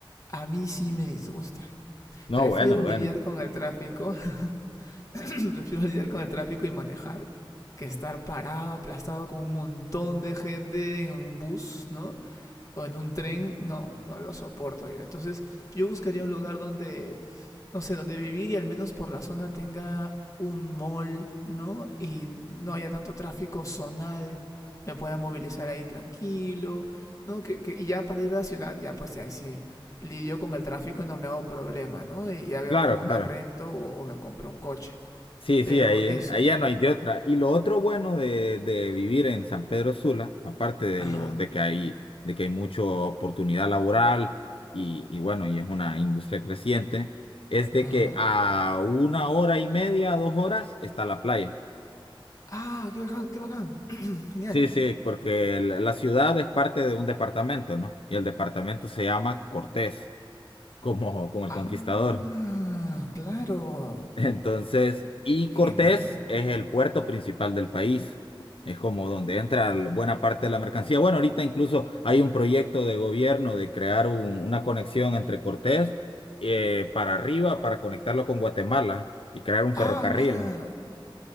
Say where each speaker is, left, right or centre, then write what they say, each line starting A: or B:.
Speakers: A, on the left; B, on the left.
A: a mí sí me disgusta.
B: No,
A: Prefiero
B: bueno, bueno.
A: lidiar con el tráfico, <coughs> prefiero lidiar con el tráfico y manejar que estar parado, aplastado con un montón de gente en un bus, ¿no? o en un tren, no, no lo soporto yo. Entonces yo buscaría un lugar donde, no sé, donde vivir y al menos por la zona tenga un mall, ¿no? Y no haya tanto tráfico zonal, me pueda movilizar ahí tranquilo, ¿no? Que, que- y ya para ir a la ciudad, ya pues ahí sí lidio con el tráfico y no me hago problema, ¿no? Y ya veo
B: Claro,
A: cómo
B: claro.
A: me rento o, o me compro un coche.
B: Sí,
A: Pero
B: sí, ahí,
A: eso.
B: ahí ya no hay de otra. Y lo otro bueno de, de vivir en San Pedro Sula, aparte de
A: Ajá,
B: lo de que hay, de que hay mucha oportunidad laboral y, y bueno, y es una industria creciente, es de
A: ajá.
B: que a una hora y media, dos horas está la playa.
A: Ah, qué bacán, qué bacán. <clears throat> Genial.
B: Sí, sí, porque la la ciudad es parte de un departamento, ¿no? Y el departamento se llama Cortés, como, como el
A: Ah,
B: conquistador.
A: claro.
B: <laughs> Entonces, y Cortés
A: Genial.
B: es el puerto principal del país. Es como donde entra l- buena parte de la mercancía. Bueno, ahorita incluso hay un proyecto de gobierno de crear un- una conexión entre Cortés eh, para arriba, para conectarlo con Guatemala y crear un
A: Ah,
B: ferrocarril.
A: mira.